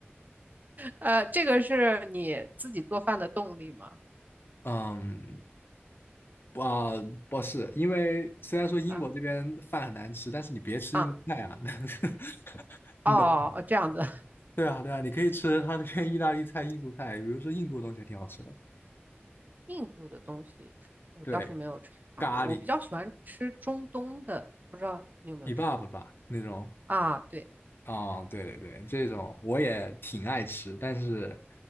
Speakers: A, on the right; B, on the left.
A: 呃，这个是你自己做饭的动力吗？
B: 嗯，不啊，不是，因为虽然说英国这边饭很难吃，
A: 啊
B: 但是你别吃英国菜啊，
A: 啊
B: <laughs> 你懂？
A: 哦，这样子。<laughs>
B: 对啊，对啊，你可以吃他那边意大利菜、印度菜，比如说印度的东西还挺好吃的。
A: 印度的东西我倒是没有尝过，
B: 对，咖喱
A: 我比较喜欢吃中东的，不知道你有没有尝过
B: kebab 吧那种，
A: 啊？对，
B: 啊、对对对，这种我也挺爱吃，但是